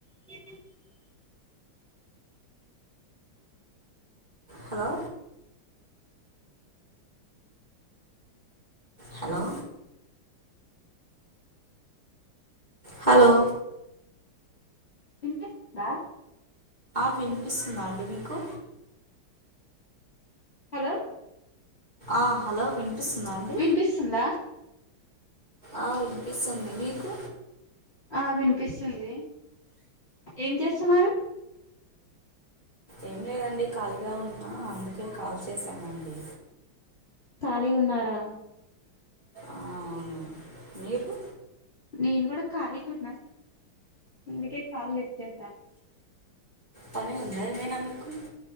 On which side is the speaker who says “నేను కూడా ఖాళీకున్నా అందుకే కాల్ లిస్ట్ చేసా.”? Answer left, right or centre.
Left